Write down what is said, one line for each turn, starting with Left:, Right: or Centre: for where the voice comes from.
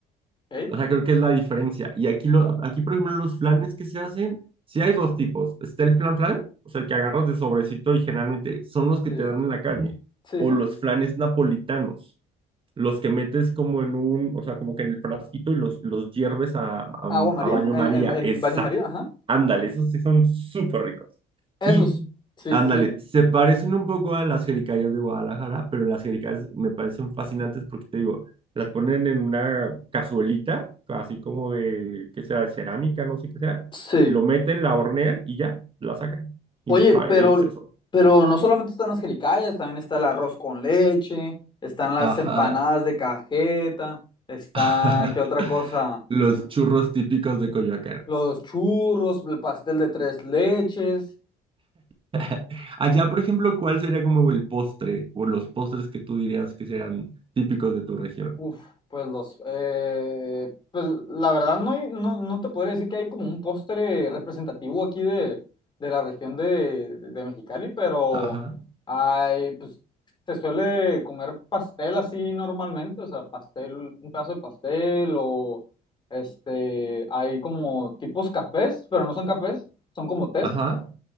Left: ok,
Right: O sea, creo que es la diferencia. Y aquí, lo, aquí por ejemplo, los flanes que se hacen, sí hay dos tipos. Está el flan flan, o sea, el que agarras de sobrecito y generalmente son los que
Left: sí.
Right: te dan en la calle,
Left: Sí,
Right: o los flanes napolitanos los que metes como en un, o sea, como que en el frasquito y los, los hierves a, a,
Left: agua María,
Right: a baño
Left: en,
Right: María.
Left: en- en
Right: Exacto.
Left: baño María, ajá.
Right: Ándale, esos sí son súper ricos.
Left: Esos,
Right: Y
Left: sí,
Right: ándale,
Left: sí, sí.
Right: se parecen un poco a las jericayas de Guadalajara, pero las jericayas me parecen fascinantes porque te digo, las ponen en una cazuelita, así como de, ¿qué será? de Cerámica, no sé qué sea.
Left: Sí.
Right: Lo meten, la hornean y ya, la sacan. Y
Left: Oye,
Right: sabe
Left: pero,
Right: delicioso.
Left: pero no solamente están las jericayas, también está el arroz con leche, están las
Right: Ajá.
Left: empanadas de cajeta, está,
Right: <laughs>
Left: ¿qué otra cosa?
Right: Los churros típicos de Coyoacán.
Left: Los churros, el pastel de tres leches.
Right: <laughs> Allá, por ejemplo, ¿cuál sería como el postre o los postres que tú dirías que sean típicos de tu región?
Left: Uf, pues los, eh, pues la verdad no, hay- no, no te podría decir que hay como un postre representativo aquí de, de la región de, de Mexicali, pero
Right: Ajá,
Left: hay, pues se suele comer pastel así normalmente, o sea, pastel, un pedazo de pastel o este, hay como tipos cafés, pero no son cafés, son como tés,
Right: ajá,